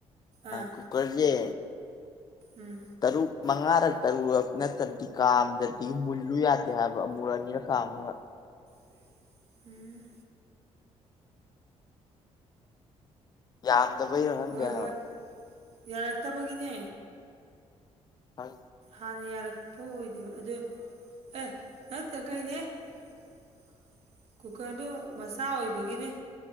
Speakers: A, on the right; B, on the left.
A: ꯑꯥ
B: ꯀꯨꯀꯔꯁꯦ
A: ꯎꯝ
B: ꯇꯔꯨꯛ ꯃꯉꯥꯔꯛ ꯇꯔꯨꯔꯛ ꯅꯠꯇ꯭ꯔꯗꯤ ꯀꯥꯝꯗꯗꯤ ꯃꯨꯜꯂꯨ ꯌꯥꯗꯦ ꯍꯥꯏꯕ ꯑꯃꯨꯔꯛ ꯑꯅꯤꯔꯛ ꯀꯥꯝꯃꯒ <inaudible>
A: ꯎꯝ
B: ꯌꯥꯝꯗꯕꯩꯔ ꯈꯪꯗꯦꯍꯥꯏꯕ
A: ꯍꯣꯏ ꯍꯣꯏ ꯌꯥꯔꯛꯇꯕꯒꯤꯅꯦ
B: <unintelligible>
A: ꯍꯥꯟꯅ ꯌꯥꯔꯛꯄ ꯑꯣꯏꯗꯕ ꯑꯗꯨ ꯑꯦ ꯅꯠꯇ ꯀꯩ <unintelligible> ꯀꯨꯀ꯭ꯔꯗꯨ ꯃꯆꯥ ꯑꯣꯏꯕꯒꯤꯅꯦ